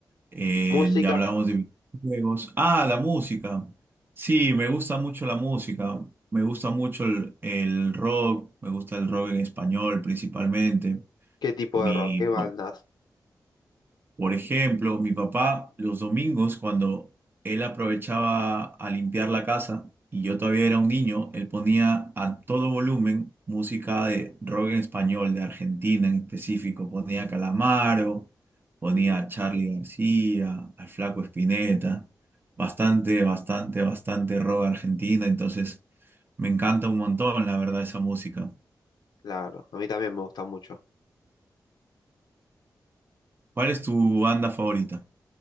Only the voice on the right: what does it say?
Eh,
ya hablamos de videojuegos. Ah, la música. Sí, me gusta mucho la música. Me gusta mucho el, el rock. Me gusta el rock en español principalmente.
Mi
Por ejemplo, mi papá los domingos cuando él aprovechaba a limpiar la casa y yo todavía era un niño, él ponía a todo volumen música de rock en español, de Argentina en específico. Ponía a Calamaro, ponía
a Charly García, al Flaco Espineta. Bastante, bastante, bastante rock argentina. Entonces me encanta un montón, la verdad, esa música.
¿Cuál es tu banda favorita?